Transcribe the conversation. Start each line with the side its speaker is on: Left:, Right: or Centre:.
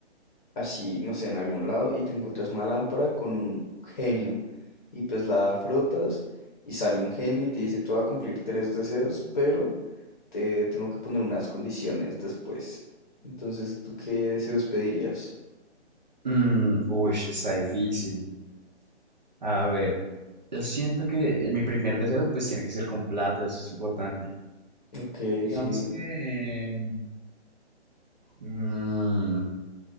Left: así, no sé, en algún lado y te encuentras una lámpara con un genio y pues la frotas y sale un genio y te dice, tú vas a cumplir tres deseos, pero te tengo que poner unas condiciones después. Entonces, ¿tú qué deseos pedirías?
Right: Mm, ush, está difícil. A ver, yo siento que eh, mi primer deseo pues tiene que ser con plata, eso es importante.
Left: Ok,
Right: Digamos
Left: sí.
Right: que mm,